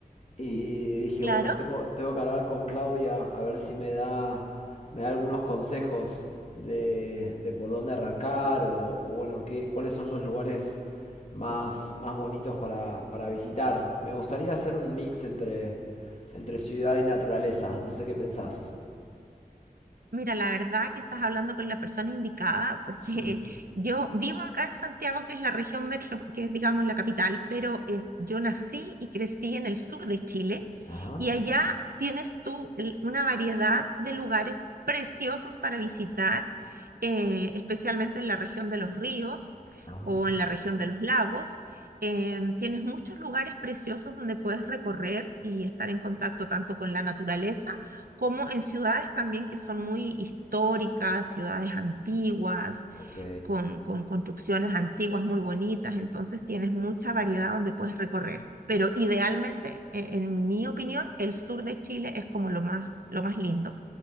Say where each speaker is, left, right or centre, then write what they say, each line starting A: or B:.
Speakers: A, on the left; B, on the right.
A: y dije,
B: Claro.
A: bueno, tengo, tengo que hablar con Claudia a ver si me da, me da algunos consejos de, de por dónde arrancar o, o bueno, qué, cuáles son los lugares más, más bonitos para, para visitar. Me gustaría hacer un mix entre, entre ciudad y naturaleza. No sé qué pensás.
B: Mira, la verdad que estás hablando con la persona indicada, porque
A: <laughs>
B: <laughs> yo vivo acá en Santiago, que es la región metro, que es, digamos, la capital, pero en- yo nací y crecí en el sur de Chile,
A: Ajá,
B: y allá tienes tú el- una variedad de lugares preciosos para visitar, eh, especialmente en la región de los ríos
A: ajá,
B: o en la región de los lagos. Em, tienes muchos lugares preciosos donde puedes recorrer y estar en contacto tanto con la naturaleza como en ciudades también que son muy históricas, ciudades antiguas,
A: ok.
B: con, con construcciones antiguas muy bonitas, entonces tienes mucha variedad donde puedes recorrer. Pero idealmente, e- en mi opinión, el sur de Chile es como lo más, lo más lindo.